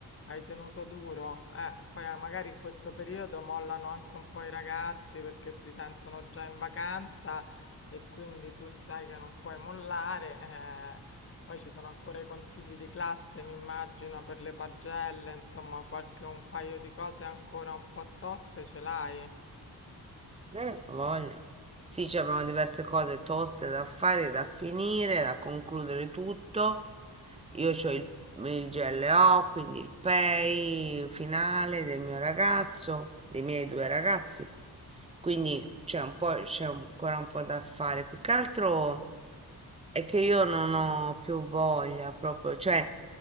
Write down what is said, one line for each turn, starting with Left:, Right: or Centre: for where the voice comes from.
Left: hai tenuto duro. Eh, poi eh, magari in questo periodo mollano anche un po' i ragazzi perché si sentono già in vacanza e quindi tu sai che non puoi mollare. eh. Poi ci sono ancora i consigli di classe, mi immagino, per le pagelle, insomma, qualche un paio di cose ancora un po' toste ce l'hai.
Right: Eh, ho voglia. Sì, ci abbiamo diverse cose toste da fare, da finire, da concludere tutto. Io ho il, il GLO, quindi il pay finale del mio ragazzo, dei miei due ragazzi. Quindi c'è un po', c'è ancora un po' da fare. Più che altro è che io non ho più voglia proprio, cioè,